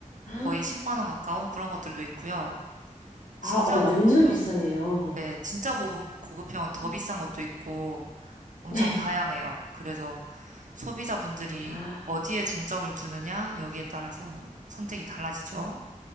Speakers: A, on the left; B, on the right.
A: <gasps>
B: 거의 10만 원 가까운 그런 것들도 있고요. 진짜
A: 아, 어, 완전
B: 고급형,
A: 비싸네요.
B: 네, 진짜 고급, 고급형은 더
A: <gasps>
B: 비싼 것도 있고 엄청
A: 네.
B: 다양해요. 그래서 소비자분들이
A: 아,
B: 어디에 중점을 두느냐, 여기에 따라서 선택이 달라지죠.